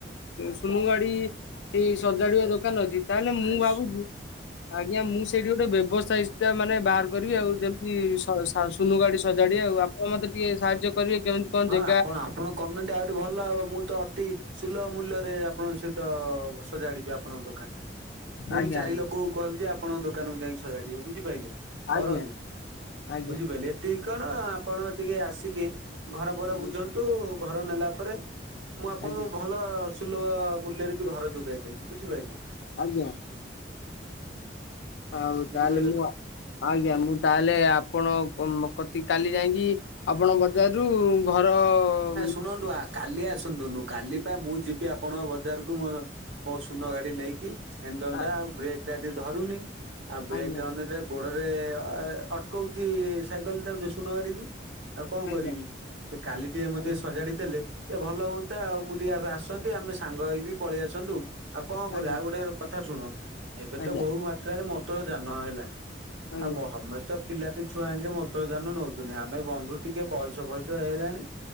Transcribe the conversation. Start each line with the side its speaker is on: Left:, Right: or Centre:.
Left: ସୁନୁ ଗାଡି ଏ ସଜାଡଆ ଦୋକାନ ଅଛି ତାହେଲେ ମୁଁ
Right: ଆଇସୁ
Left: ଭାବୁଛି ଆଜ୍ଞା ମୁଁ ସେଇଠି ଗୋଟେ ବ୍ୟବସାୟ ମାନେ ବାହାର କରିବି ଆଉ ଯେମତି ସୁନୁ ଗାଡି ସଜାଡେ ଆଉ ଆପଣ ମତେ ଟିକେ ସାହାଯ୍ୟ କରିବେ କେମିତି କଣ
Right: ହଁ
Left: ଜେଗା
Right: ଆପଣ ଆପଣଙ୍କ କର୍ନଟି ଆହୁରି ଭଲ ହବ ମୁଁ ତ ଅତି ସୁଲଭ ମୂଲ୍ୟରେ ଆପଣଙ୍କ ସହିତ ସଜାଡିବେ ଆପଣଙ୍କ ଦୋକାନରେ ମୁଁ
Left: ଆଜ୍ଞା
Right: ବି ଚାରି ଲୋକଙ୍କୁ କହିବି ଯେ ଆପଣଙ୍କୋକାନକୁ ଯାଇକି ସଜାଡିବେ ବୁଝିପାରେ
Left: ଆଜ୍ଞା
Right: କରନ୍ତୁ
Left: ଆଜ୍ଞା
Right: ବୁଝିପାରିଲେ ଏତିି କଣ ଆପଣ ଟିକେ ଆସିକି ଘର ବର
Left: ଆଜ୍ଞା
Right: ବୁଝନ୍ତୁ ଘର ନେଲା ପରେ ମୁଁ ଆପଣଙ୍କୁ
Left: ଆଜ୍ଞା
Right: ଭଲ ସୁଲଭ ମୂଲ୍ୟରେ ବି ଘର ଯୋଗେଇଦେବି ବୁଝିପାରିଲେ
Left: ଆଜ୍ଞା ହଉଦ
Right: ବୁଝିପାରିଲେ
Left: ଆଲେ ମୁ
Right: ତ?
Left: ଆଜ୍ଞା ମୁଁ ତାହେଲେ ଆପଣ କ ମ କତି କାଲି ଯାଇଁକି ଆପଣ ମତ୍ ତାରୁ ଘର ଅ ଅ
Right: ଶୁଣୁ ଡୁଆକ୍ କାଲି ଆସନ୍ତୁନୁ କାଲି ପା ମୁଁ ଯିବି ଆପଣ ବଜାରକୁ ମୋର ବଉ ଶୂନ ଗାଡି ନେଇକି। ହେଣ୍ଡଲ
Left: ଆ
Right: ଟା ଆଉ ବ୍ରେକ୍ ଟା ଟିକେ ଧରୁନି ଆଉ ବ୍ରେକ୍
Left: ଆଜ୍ଞା
Right: ଟା ଅନେଇଲେ ଗୋଡରେ ଏ ଅଟକଉଚି ସାଇକଲ ଟାକୁ ଯୋଉ ଶୂନ ଗାଡି କୁ ଆଉ କଣ
Left: ଆଜ୍ଞା
Right: କରିବି? ଏ କାଲି ଟିଏ ମତେ
Left: ଆଜ୍ଞା
Right: ସଜାଡି ଦେଲେ ଟିଏ ଭଲ ହୁଅନ୍ତା ଆଉ ମୁଁ ଟିକେ ଏବେ ଆସନ୍ ନ୍ତି। ଆମେ ସାଙ୍ଗ ହେଇ ବି ପଳେଇ ଆସନ୍ତୁ। ଆଉ କଣ କରିବା?
Left: ଆଜ୍ଞା
Right: ଆଉ ଗୋଟେ କଥା ଶୁଣ ଏବେ
Left: ଆଜ୍ଞା
Right: ତ ବୋଉ ମା ହେ ମଟର ଯାନ ହେଲା
Left: ଆଜ୍ଞା
Right: ଆଉମ ହମସ୍ତେ ପିଲାଟୁ ଛୁଆ ଆଙ୍କେ ମୋଟର ଯାନ ନଉଚନ୍ତିି। ଆମେ ବନ୍ଧୁ ଟିକେ ବୟସ ଫଇସ ହେଇଲାଣି।